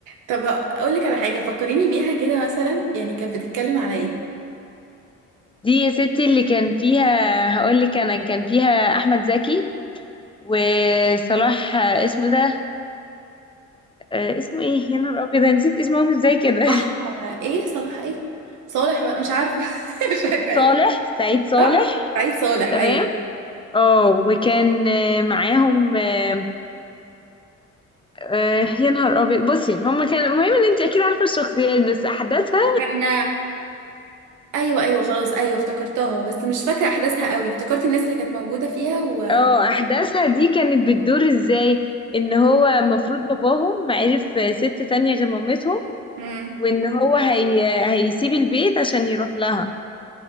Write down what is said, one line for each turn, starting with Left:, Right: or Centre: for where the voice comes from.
Right: طب اقول لك على حاجة فكريني بيها كده مثلا يعني كانت بتتكلم على ايه
Left: دي يا ستي اللي كان فيها هقول لك انا كان فيها احمد زكي وصلاح آه، اسمه ده آه، اسمه ايه يا نهار ابيض أنا نسيت اسمهم ازاي كده
Right: صح ايه صلاح ايه صالح بقى مش عارفة <laughs>
Left: <laughs>
Right: مش فاكرة
Left: سعيد
Right: ايه
Left: صالح سعيد صالح
Right: صح سعيد صالح
Left: تمام
Right: ايوه
Left: اه وكان آه، معاهم آه، آه، يا نهار ابيض بصي هما كان المهم ان انت اكيد عارفه الشخصيات بس احداثها
Right: كان ايوه ايوه خلاص ايوه افتكرتها بس مش فاكرة احداثها قوي افتكرت الناس اللي كانت موجودة فيها و
Left: <laughs> اه احداثها دي كانت بتدور ازاي ان هو المفروض باباهم عرف ست تانية غير مامتهم
Right: مم.
Left: وان هو هي... هيسيب البيت عشان يروح لها